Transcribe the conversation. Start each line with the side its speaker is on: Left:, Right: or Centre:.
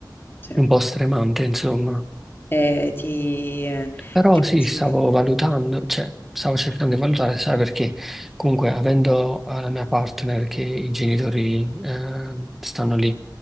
Left: sì.
Centre: Un po' stremante, insomma.
Left: E ti, eh,
Centre: Però
Left: ti
Centre: sì,
Left: prosciuga.
Centre: stavo valutando, cioè stavo cercando di valutare, sai, perché comunque avendo eh, la mia partner che i genitori eh, stanno lì